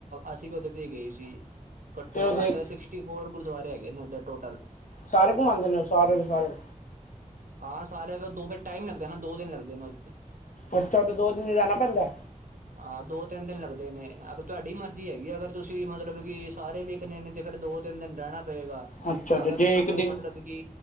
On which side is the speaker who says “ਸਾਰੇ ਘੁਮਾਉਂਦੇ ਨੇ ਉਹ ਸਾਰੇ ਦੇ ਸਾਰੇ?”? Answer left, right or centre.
Left